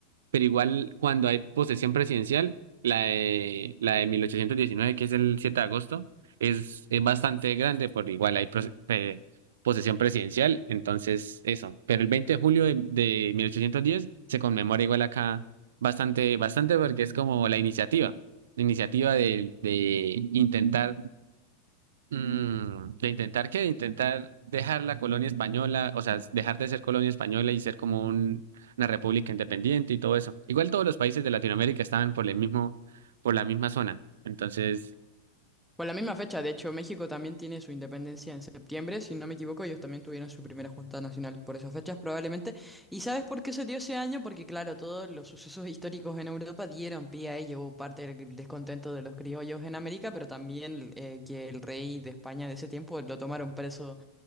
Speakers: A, on the right; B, in the centre.
A: pero igual cuando hay posesión presidencial, la de, la de 1819 que es el 7 de agosto, es, es bastante grande, por igual hay pros- eh, posesión presidencial, entonces eso. Pero el 20 de julio de, de 1810 se conmemora igual acá bastante, bastante porque es como la iniciativa, la iniciativa de, de intentar Mm, ¿de intentar qué? De intentar dejar la colonia española, o sea, dejar de ser colonia española y ser como un- una república independiente y todo eso. Igual todos los países de Latinoamérica estaban por el mismo, por la misma zona. Entonces,
B: Por la misma fecha, de hecho, México también tiene su independencia en septiembre, si no me equivoco, ellos también tuvieron su primera junta nacional por esas fechas probablemente. ¿Y sabes por qué se dio ese año? Porque claro, todos los sucesos históricos en Europa dieron pie a ello, hubo parte del descontento de los criollos en América, pero también eh, que el rey de España de ese tiempo lo tomaron preso